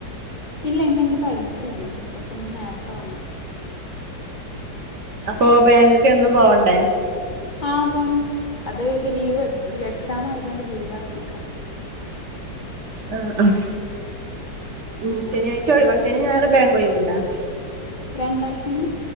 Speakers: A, on the left; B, on the right.
A: ഇല്ല ഇന്നിൻക്ക് പരീക്ഷന്നു. അപ്പൊ പിന്നെ നേരത്തെ വന്ന.
B: അപ്പൊ ബാങ്ക്ക്ക് എന്നും പോവണ്ടേ?
A: ആ പോണം. അത് ഇത് ലീവ് എ എക്സാമായതോണ്ട് ലീവാക്കിക്ക.
B: ആഹ് ആഹ് ഉം
A: അങ്ങനെ
B: ശനിയാഴ്ച ഒഴിവാ, ശനിം ഞായറ് ബേങ്കൊയി വണ്ടാ?
A: രണ്ടാശനിം